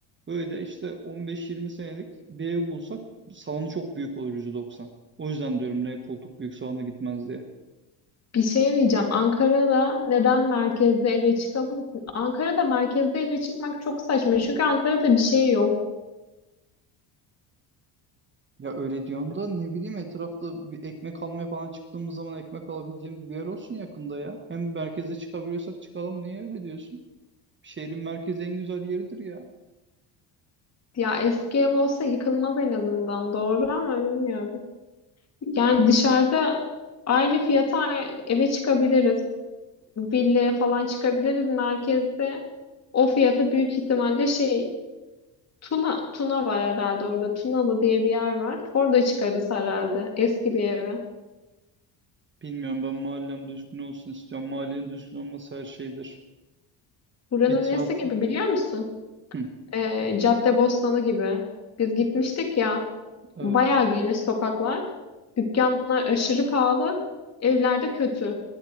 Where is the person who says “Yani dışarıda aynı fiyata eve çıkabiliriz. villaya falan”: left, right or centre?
Left